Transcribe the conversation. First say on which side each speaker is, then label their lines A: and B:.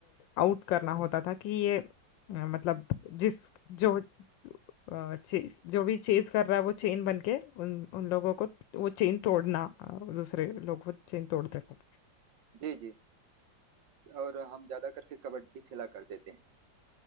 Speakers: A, on the left (about 85°); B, on the right (about 80°).
A: आउट करना होता था कि ये अ, मतलब जिस जो अ, चे, जो भी चेज कर रहा है वो चेन बन के उन उन लोगों को वो चेन तोड़ना अ, दूसरे लोग वो चेन तोड़ते थे
B: जी जी और हम ज्यादा करके कबड्डी खेला करते थे